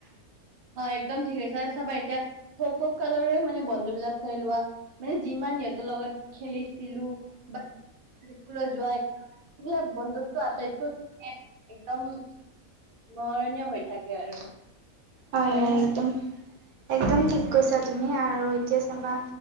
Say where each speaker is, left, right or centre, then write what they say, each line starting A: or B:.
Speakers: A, on the right; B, on the right.
A: অ একদম ঠিকে কৈছা। চাবা এতিয়া সৰু সৰু কালৰে মানে বন্ধু বিলাক চাই লোৱা, মানে যিমান সিহঁতৰ লগত খেলিছিলো বা স্কুলত যোৱাই এইবিলাক বন্ধুতটো আটাইতকৈ একদম মৰণীয় হৈ থাকে আৰু।
B: হয়
A: হয়নে
B: হয়
A: নহয়
B: একদম
A: কোৱা?
B: একদম ঠিক কৈছা তুমি আৰু এতিয়া চাবা